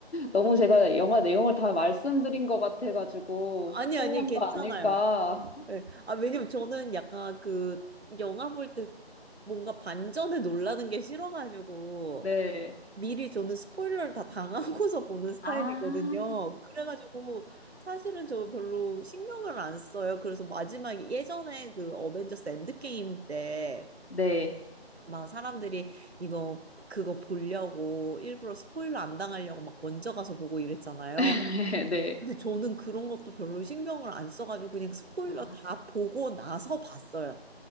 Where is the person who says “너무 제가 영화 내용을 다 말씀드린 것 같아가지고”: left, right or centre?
Left